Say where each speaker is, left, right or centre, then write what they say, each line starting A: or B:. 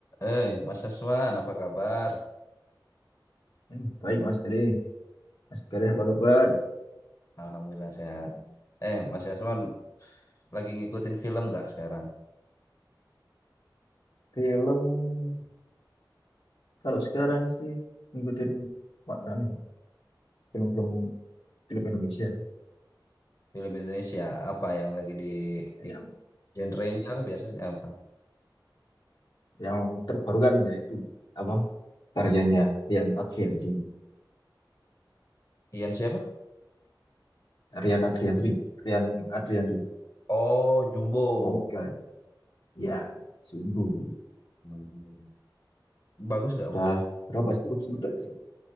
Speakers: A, on the left; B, on the left.
A: Eh, Mas Aswan, apa kabar?
B: Hmm, Baik Mas Galih, Mas Galih apa kabar?
A: Alhamdulillah sehat. Eh, Mas Aswan, lagi ngikutin film nggak sekarang?
B: Film kalau sekarang sih ngikutin Pak Amin, film-film film Indonesia
A: Film Indonesia, apa yang lagi di di-
B: yang
A: genre-nya biasanya apa?
B: yang terbaru kan yaitu apa
A: Hmm,
B: karyanya Rian Adriandi,
A: Ian siapa?
B: Rian Adriandi, Rian Adriandi,
A: Oh, Jumbo.
B: komika ya sungguh
A: Hmm, Bagus nggak
B: udah
A: menurut?
B: berapa sepuluh juta sih?